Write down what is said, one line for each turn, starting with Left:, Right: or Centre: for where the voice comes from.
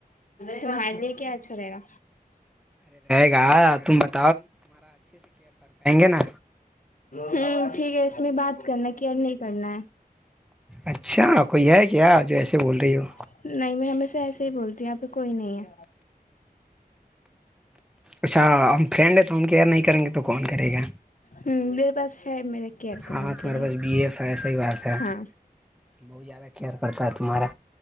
Left: تمہار لیے کیا اچھا رہے گا
Centre: تا نا
Left: ہوں ٹھیک ہے اس میں بات کرنا کہ یار نہیں کرنا ہے
Centre: اچھا کوئی ہے کیا آج ویسے بول رہی ہو
Left: ہے نہیں میں ہمیشہ ایسے ہی بولتی یہاں پہ کوئی نہیں ہے
Centre: اچھا ہم فرینڈ ہے تو ہم کیئر نہیں کریں گے تو کون کرے گا
Left: ہ میرے پاس ہے میرا کیئر کرنے
Centre: ہاں
Left: کے
Centre: تمہارے
Left: لیے
Centre: پاس بی ایف ہے صحیح بات ہے
Left: ہاں
Centre: بہت زیادہ کیئر کرتا ہے تمہارا